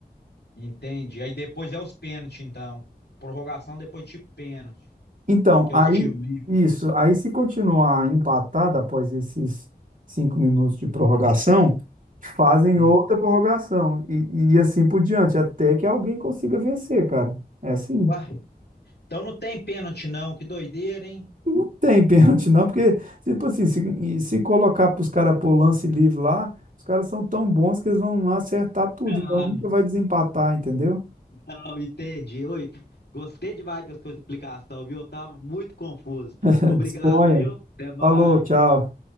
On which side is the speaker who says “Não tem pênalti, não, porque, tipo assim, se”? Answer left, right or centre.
Right